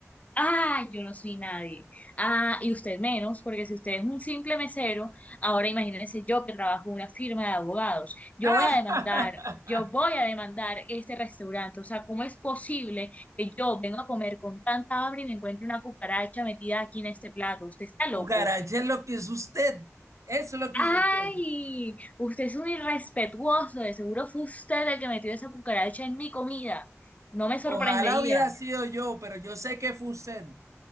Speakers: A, on the left; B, on the right.
A: Ah, yo no soy nadie. Ah, y usted menos, porque si usted es un simple mesero, ahora imagínese yo que trabajo en una firma de abogados. Yo
B: ¡Ah!
A: voy a demandar, yo voy a demandar este restaurante. O sea, ¿cómo es posible que yo venga a comer con tanta hambre y me encuentre una cucaracha metida aquí en este plato? Usted
B: <laughs>
A: está
B: Cucaracha
A: loco.
B: es lo que es usted. Eso es lo que
A: Ay,
B: es usted.
A: usted es un irrespetuoso. De seguro fue usted el que metió esa cucaracha en mi comida. No me sorprendería.
B: Ojalá hubiera sido yo, pero yo sé que fue usted.